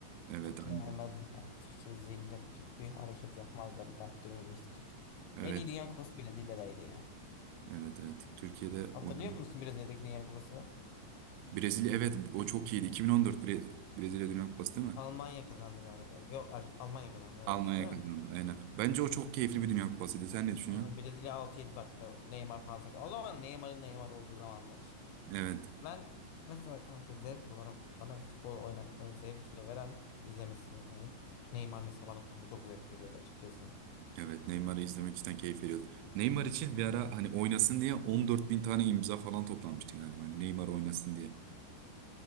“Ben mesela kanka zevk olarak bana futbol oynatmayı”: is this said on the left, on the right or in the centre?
Left